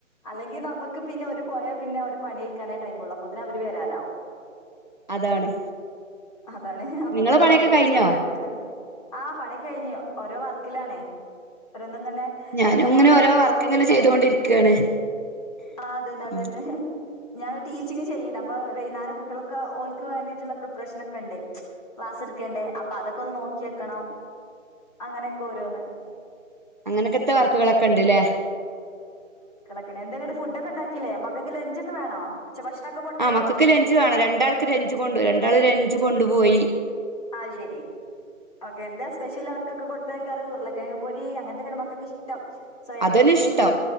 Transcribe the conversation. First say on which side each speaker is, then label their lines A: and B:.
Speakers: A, on the left; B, on the right.
A: അല്ലെങ്കിൽ നമ്മക്ക് പിന്നെ ഓര് പോയാൽ പിന്നെ ഓരോ പണി കയിക്കാനേ ടൈം ഒള്ളു അപ്പൊത്തിന് അവര് വരാനാവും.
B: അതാണ്.
A: അതാണ് അപ്പൊ
B: നിങ്ങളെ
A: പിന്നെപ്പോ
B: പണിയൊക്കെ
A: പണി കഴിച്ച്
B: കഴിഞ്ഞോ
A: ഇവിടെ കെടക്കാണ്. ആഹ് പണി കഴിഞ്ഞു. ഓരോ വർക്കിലാണേ ഓരോന്നിങ്ങ <unintelligible>
B: ഞാനും
A: ഇതേ
B: ഇങ്ങനെ
A: മൊലേ
B: ഓരോ
A: കോളെയ്യലും.
B: വർക്ക് ഇങ്ങനെ ചെയ്തുകൊണ്ടിരിക്കയാണ്
A: ആഹ് അത് തന്നെ അത്
B: ഉം
A: തന്നെ. ഞാൻ ടീച്ചിങ്ങ് ചെയ്യണ്ട് അപ്പൊ വൈയ്ന്നേരം കുട്ട്യള് <unintelligible> ഓൽക്ക് വേണ്ടിയിട്ടുള്ള പ്രിപ്രേഷനെക്കെ ഇണ്ടേ. ക്ലാസ് എടുക്കേണ്ടേ അപ്പൊ അതൊക്കെ ഒന്ന് നോക്കി വെക്കണം അങ്ങനെക്കെ ഓരോന്ന്
B: അങ്ങനെക്കത്ത വർക്കുകളൊക്കെ ഇണ്ട്ല്ലേ
A: <unintelligible> ഫുഡെക്കെ ഇണ്ടാക്കിയില്ലേ മക്കക്ക് ലഞ്ച് ഒക്കെ വേണോ ഉച്ച ഭക്ഷണം ഒക്കെ കൊടുത്തേക്കണോ
B: ആഹ് മക്കക്ക് ലഞ്ച് വേണം. രണ്ടാൾക്ക് ലഞ്ച് കൊണ്ടു രണ്ടാള് ലഞ്ച് കൊണ്ടുപോയി
A: അയ് ശരി. ഓക്കെ എന്താ സ്പെഷ്യല് അവർക്കൊക്കെ കൊടുത്ത് അയക്കാറ് ഉരുള കെഴങ്ങ് പൊരി അങ്ങനത്തെക്കെണ് മക്കക്ക് ഇഷ്ടം. സോയാബീൻ
B: അതന്നെ
A: പൊരി,
B: ഇഷ്ടം